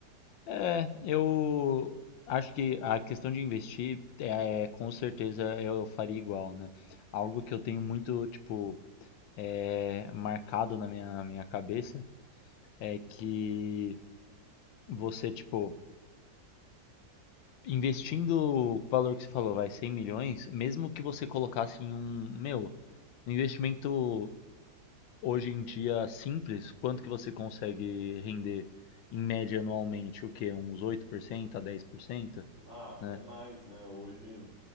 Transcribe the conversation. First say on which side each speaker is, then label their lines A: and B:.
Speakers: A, on the left; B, on the left.
A: É, É, eu acho que a questão de investir é, é, com certeza eu faria igual, né? Algo que eu tenho muito, tipo, é, marcado na minha, minha cabeça é que você, tipo, investindo o valor que você falou, vai 100 milhões, mesmo que você colocasse em um, meu, um investimento Hoje em dia simples, quanto que você consegue render em média anualmente? O quê? Uns 8% a 10%,
B: ah, até
A: né?
B: mais, né? Hoje,